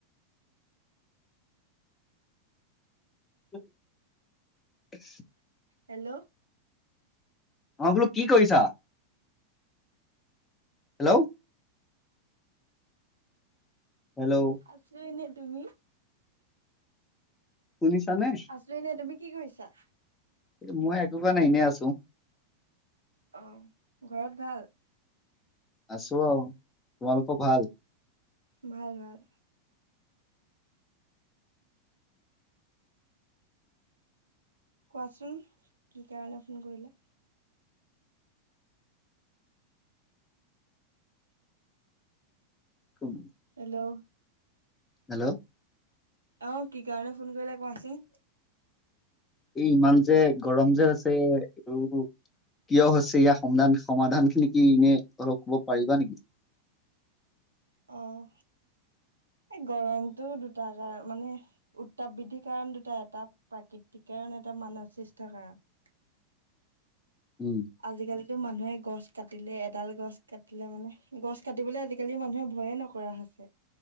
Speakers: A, on the left; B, on the right.
A: উ <unintelligible>
B: হেল্ল'?
A: অ, বোলো কি কৰিছা? হেল্ল'? হেল্ল'
B: আছো এনেই, তুমি?
A: সুনিছা নে?
B: আছো এনে তুমি কি কৰিছা?
A: এ মই একোবাৰ নাই এনে আছো
B: অ ঘৰত ভাল
A: আছো তোমালোকৰ ভাল
B: ভাল ভাল কোৱাচোন কি কাৰণে ফোন কৰিলা
A: কম
B: হেল্ল'
A: হেল্ল'
B: অহ কি কাৰণে ফোন কৰিলে কোৱাচোন
A: এই ইমান যে গৰম যে আছে আৰু কিয় হৈছে ইয়াৰ সমাধান সমাধান খিনি কি এনে অলপ কব পাৰিবা নেকি
B: অঁ এ গৰমতটো দুটা কাৰণ মানে উত্তাপ বৃদ্ধিৰ কাৰণ দুটা এটা প্ৰাকৃতিক কাৰণ এটা মানৱ সৃষ্ঠ কাৰক
A: উম
B: আজিকালি এইটো মানুহে গছ কাটিলে এডাল গছ কাটিলে মানে গছ কাটিবলে আজিকালি মানুহে ভয়ে নকৰা হৈছে